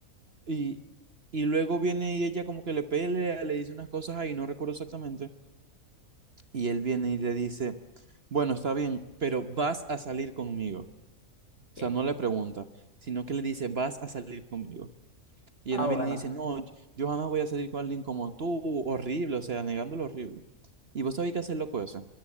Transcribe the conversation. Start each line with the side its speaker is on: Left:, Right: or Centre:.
Right: y, y luego viene y ella como que le pelea, le dice unas cosas ahí, no recuerdo exactamente. Y él viene y le dice, bueno, está bien, pero vas a salir conmigo. O
Left: Ok.
Right: sea, no le pregunta, sino que le dice, vas a salir conmigo. Y
Left: Ah,
Right: Annabelle
Left: bueno.
Right: le dice, no, yo jamás voy a salir con alguien como tú, horrible, o sea, negándolo horrible. Y vos sabés qué hace el loco ese.